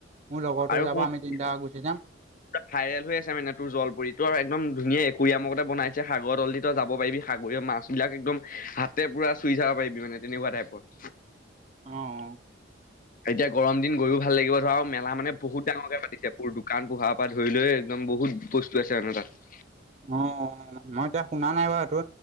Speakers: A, on the right; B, on the left.
A: মোৰ লগৰতো
B: আৰু
A: যাব
B: শুন
A: আমি তিনটা গুচি যাম।
B: ভাইৰেল হৈ আছে মানে তোৰ জলপৰীটো আৰু একদম ধুনীয়া একুৰিয়াম একো একোটা বনাইছে সাগৰ তলদি তই যাব পাৰিবি সাগৰীয় মাছ বিলাক একদম হাতেৰে পুৰা চুই চাব পাৰিবি মানে তেনেকুৱা টাইপৰ।
A: অঁ অঁ।
B: এতিয়া গৰম দিন গৈয়ো ভাল লাগিব ধৰা, আৰু মেলা মানে বহুত ডাঙৰকে পাতিছে। পোৰ দোকান পোহাৰ পৰা ধৰি লৈ একদম বহুত বস্তু আছে তাৰমানে তাত।
A: অঁ, মই এতিয়া শুনা নাই বাৰু এইটো।